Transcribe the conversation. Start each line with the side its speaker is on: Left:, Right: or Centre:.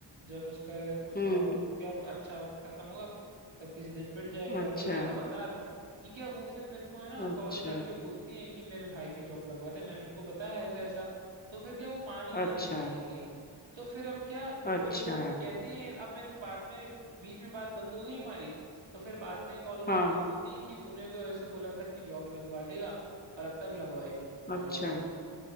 Right: जब उसका उसका
Left: हम्म
Right: क्या अच्छा वक्त खत्म होगा तब किसी दिन पिट जाएगा
Left: अच्छा
Right: वो लेकिन मैं बता रहा हूँ कि क्या वो फिर मेरे को है ना
Left: अच्छा
Right: कॉल करके बोलती हैं कि मेरे भाई की जॉब लगवा दे मैंने उनको बताया ऐसा ऐसा तो फिर क्या वो मान ही नहीं
Left: अच्छा
Right: रही है यकीन तो फिर अब क्या
Left: अच्छा
Right: फिर वो कहती हैं अब मेरे को बाद में बीच में बात बंद हो गई हमारी तो फिर बाद में कॉल करके
Left: हाँ
Right: बोलती हैं कि तूने तो ऐसे बोला था कि जॉब लगवा देगा और अब तक लगवाई भी नहीं तूने
Left: अच्छा
Right: जॉब